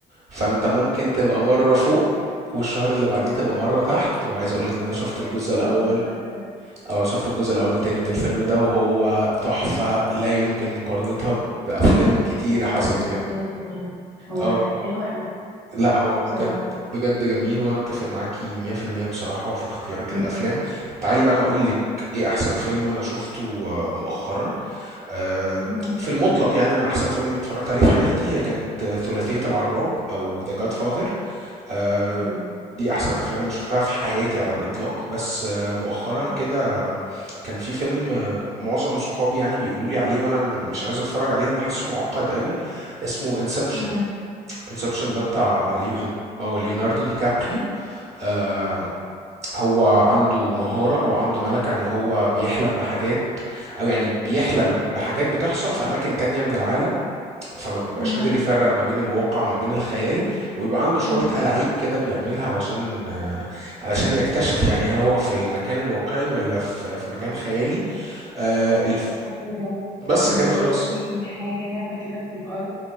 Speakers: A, on the right; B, on the right.
A: فانت ممكن تبقى مرة فوق والشهر اللي بعديه تبقى مرة تحت وعايز اقولك ان انا شفت الجزء
B: يا خسارة
A: الاول
B: كنت اتفرجت عليه
A: اه شفت الجزء الاول والتاني من الفيلم ده وهو تحفة لا يمكن مقارنتها بافلام
B: أنا اتفرجت
A: كتيرة حصلت
B: على الجزء
A: يعني
B: التاني كمان هو
A: او
B: حلو أوي
A: لا هو بجد
B: بصراحة
A: بجد جميل وانا اتفق معاكي 100% بصراحة في اختيارك
B: م- م-
A: للافلام طب تعالي بقى انا اقول لك ايه احسن فيلم انا شفته آه، مؤخرا آه،
B: م-
A: في المطلق يعني انا احسن فيلم اتفرجت عليه في حياتي هي كانت آه، ثلاثية العراب او The Godfather آه،
B: أيوه
A: دي احسن افلام انا شفتها في حياتي على الاطلاق بس آه، مؤخرا
B: م-
A: كده كان في فيلم آه، معظم صحابي يعني بيقولوا لي عليه وانا م- مش عايز اتفرج عليه لان حاسه معقد قوي اسمه انسبشن
B: م-
A: انسبشن ده بتاع
B: Inception.
A: ليون او ليوناردو دي كابريو آم، هو عنده مهارة او عنده ملكة ان هو بيحلم بحاجات او يعني بيحلم بحاجات بتحصل في اماكن تانية من العالم فما بيبقاش
B: م-
A: قادر يفرق ما بين الواقع وما بين الخيال وبيبقى عنده شوية
B: م-
A: ألاعيب كده بيعملها علشان آه، علشان يكتشف يعني هل هو في المكان الواقعي ولا في في مكان خيالي آه،
B: أيوة
A: الف-
B: أنا اتفرجت على الفيلم ده
A: بس
B: كان
A: كده خلاص
B: بيرمي حاجة لعبة كده في الأرض